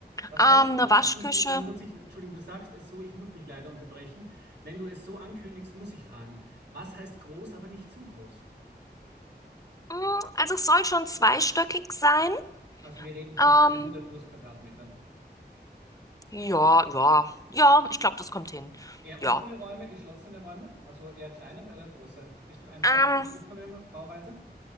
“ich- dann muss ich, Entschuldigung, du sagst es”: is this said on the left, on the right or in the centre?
Right